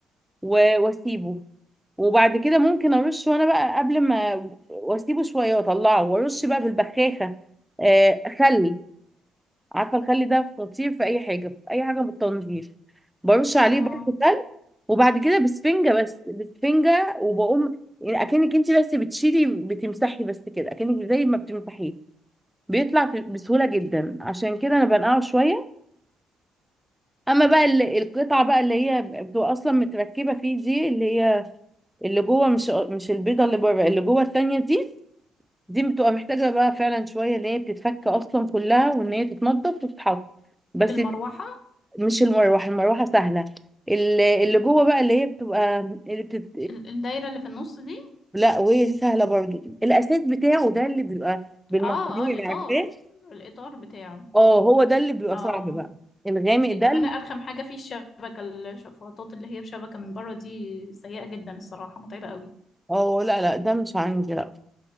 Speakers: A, in the centre; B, on the left.
A: و- واسيبه وبعد كده ممكن ارش وانا بقى قبل ما واسيبه شويه واطلعه وارش بقى بالبخاخه آه، خل عارفه الخل ده خطير في اي حاجه في اي حاجه بالتنظيف برش عليه
B: اه
A: برضه خل وبعد كده بسفنجه بس بسفنجه وبقوم يعني اكنك انت بس بتشيلي بتمسحي بس كده اكنك زي ما بتمسحيه بيطلع في- بسهولة جدا عشان كده انا بنقعه شوية اما بقى ال- القطعة بقى اللي هي بتبقى اصلا متركبة فيه دي اللي هي اللي جوه مش مش البيضة اللي بره اللي جوه التانية دي دي بتبقى محتاجة بقى فعلا شوية ان هي بتتفك اصلا كلها وان هي تتنضف وتتحط بس
B: المروحة
A: مش المروحة المروحة سهلة ال- اللي جوه بقى اللي هي بتبقى اللي بتت...
B: ال- الدايرة اللي في النص دي
A: لا وهي دي سهلة برضو الاساس بتاعه ده اللي بيبقى بالمصانير
B: اه اه الإطار
A: عارفاه
B: الإطار بتاعه
A: اه هو ده اللي بيبقى
B: اه
A: صعب بقى الغامق ده
B: كمان ارخم حاجه فيه الشبكه الشفاطات اللي هي بشبكه من بره دي سيئه جدا الصراحه متعبه قوي
A: اه لا لا ده مش عندي لا